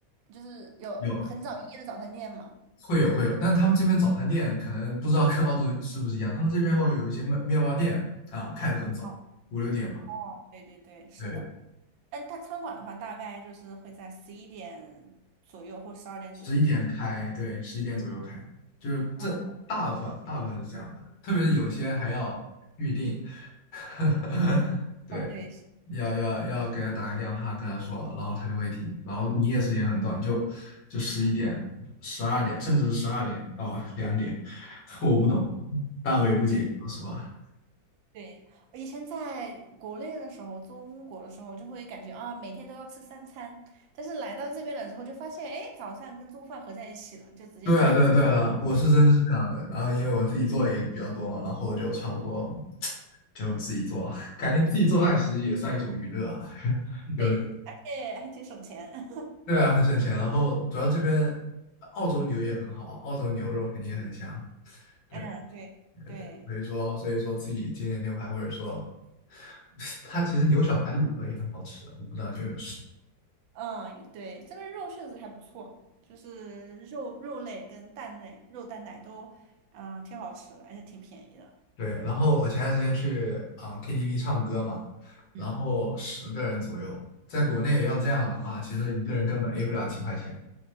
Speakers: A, on the right (about 80°); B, on the left (about 80°).
A: 就是有很早营业的早餐店嘛？
B: 有会有会有，但他们这边早餐店可能不知道跟澳洲是不是一样，他们这边会有一些面面包店啊，开得很早，
A: 哦
B: 五六点吧，
A: 哦，对对对，是的。
B: 对，
A: 但它餐馆的话，大概就是会在十一点左右或十二点左右开。
B: 十一点开，对，十一点左右开，就是这大部分大部分是这样的，
A: 嗯，
B: 特别是有一些还要预定，<laughs> 对。
A: 哦对，是，
B: 要要要给他打个电话跟他说，然后他就会停。然后营业时间很短，就就十一点、十二点，甚至是十二点到 <laughs> 两点，<laughs> 我不懂，
A: 嗯，
B: 大为不解，
A: 对。
B: 说实话。
A: 对，我以前在国内的时候，中国的时候，就会感觉啊，每天都要吃三餐，但是来到这边了之后，就发现，哎，早餐跟中饭合在一起了，就直接吃两餐。
B: 对啊，对啊对啊，我是真是这样的。然后因为我自己做也比较多嘛，然后就差不多就自己做，<laughs> 感觉自己做饭其实也算一种娱乐啊。<laughs> 有，
A: 对，而且还挺省钱。<laughs>
B: 对啊，很省钱。然后主要这边澳洲牛也很好，澳洲牛肉肯定也很香。对，
A: 嗯，对对，
B: 对对，所以说所以说自己煎煎牛排，或者说 <laughs> 它其实牛小排卤了也很好吃，我不知道你有没有试。
A: 嗯对，这边肉确实还不错，就是肉肉类跟蛋类、肉蛋奶都，嗯，挺好吃的，而且挺便宜的。
B: 对，然后我前段时间去啊、KTV 唱歌嘛，然后十个人左右，
A: 嗯
B: 在国内要这样的话，其实一个人根本 A 不了几块钱。